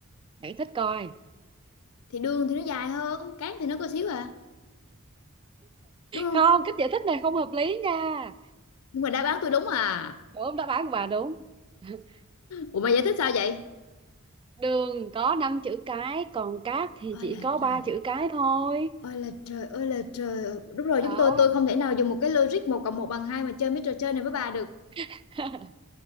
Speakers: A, on the right; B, on the left.
A: giải thích coi
B: Thì đường thì nó dài hơn, cát thì nó có xíu à, đúng không?
A: không cách giải thích này không hợp lý nha
B: Nhưng mà đáp án tôi đúng à.
A: đúng đáp án của bà đúng <laughs>
B: Ủa mày giải thích sao vậy?
A: đường có 5 chữ cái còn cát thì
B: Ôi
A: chỉ
B: là
A: có
B: trời.
A: ba chữ cái thôi
B: Ôi là trời, ôi là trời. Đúng rồi,
A: đó
B: chúng tôi tôi không thể nào dùng một cái logic một cộng một bằng hai mà chơi mấy trò chơi này với bà được.
A: <laughs>